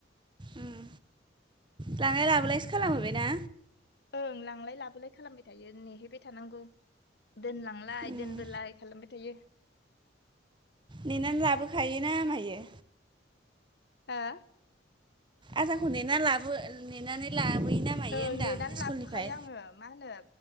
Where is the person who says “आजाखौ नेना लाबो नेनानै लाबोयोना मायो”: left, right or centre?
Right